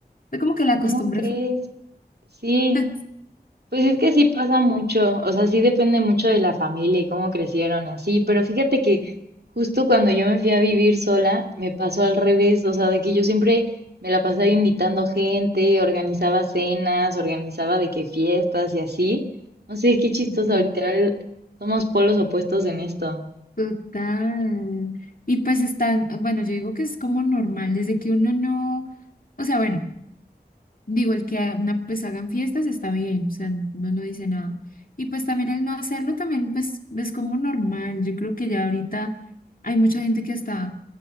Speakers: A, on the left; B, on the right.
A: Fue como que la
B: ¿Cómo
A: costumbre
B: crees?
A: fue.
B: Sí,
A: <laughs>
B: pues es que sí pasa mucho, o sea, sí depende mucho de la familia y cómo crecieron y así, pero fíjate que justo cuando yo me fui a vivir sola, me pasó al revés, o sea, de que yo siempre me la pasaba invitando gente, organizaba cenas, organizaba de qué fiestas y así. No sé, qué chistoso,
A: Sí.
B: literal, somos polos opuestos en esto.
A: Total. Y pues están, bueno, yo digo que es como normal, desde que uno no, o sea, bueno, digo, el que a- una, pues hagan fiestas está bien, o sea, uno no dice nada. Y pues también el no hacerlo también, pues es como normal. Yo creo que ya ahorita hay mucha gente que está